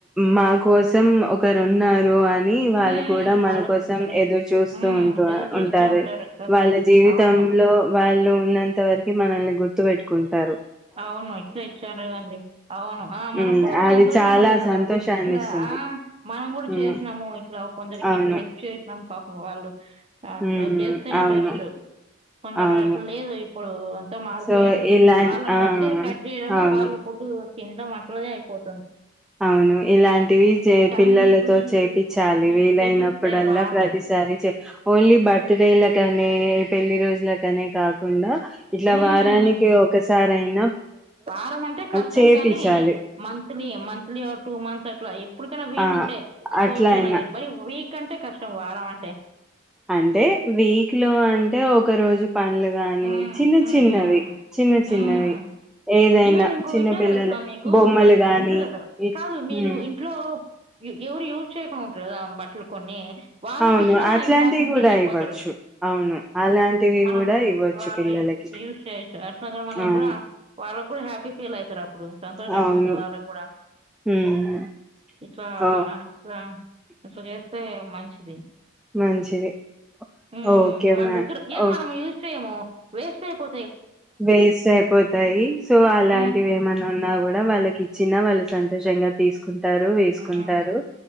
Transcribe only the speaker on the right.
హ్మ్.
ఆలోచిస్తారు.
హ్మ్.
ఎదురు చూస్తూ
కదా!
అవును.
అవును ఇట్లే ఇచ్చారుదండి అవును ఆ మనక్కుడా
ఒక
సంతోషం
ఉంటది కదా
ఇట్లా
ఆ మనం గుడా
చేసినాము ఇట్లా కొందరికి
ఇట్ల హెల్ప్ చేసినాం పాపం వాళ్ళు అట్లా
చేస్తేనే
బెస్టు కొందరు
అట్ల లేదు ఇప్పుడు తో మారిపోయిండు
వాళ్ళ
బర్డే కట్ జేయడము
వాళ్ళు ఫుడ్డు కింద మంట్లోనే అయిపోతుంది
ఈ టైం
ఫుల్
హ్మ్.
చేపిస్తే బావుంటది.
హ్మ్.
వారం అంటే కష్టం
కానీ మన లీ మంత్లీ టూ మంత్స్ అట్లా ఇప్పుడుకైనా వీలుంటే
తోచైనా
కానీ మరి కంటే కష్టం వారం అంటే
హ్మ్.
హ్మ్.
హ్మ్.
హ్మ్.
ఈవెన్ ఇంకో
విషయా
తెలుసాం మీకు
ఉంటరు కదా
కాదు మీరు
ఇంట్లో ఎవరు యూజ్ చేయకుండా ఉంటారు కదా బట్టలు కొన్ని వాళ్ళకి
ఇచ్చిన
హ్యాపీ ఫీల్
అయిపోతారు
మనం
వాళ్ళు
యూస్ చేయచ్చు అట్లాగ మనం
కూడా వాళ్ళగ్గూడా హ్యాపీ ఫీల్ అవుతారు అప్పుడు సంతోషంగా
ఉంటుంది వాళ్ళకి కూడా
ఇట్లా
ఇట్లా ఇట్లా చేస్తే మంచిది
ఊ
మన
దగ్గర ఏం
మనం యూస్ చేయము వేస్ట్ ఐపో
హ్మ్.
హ్మ్.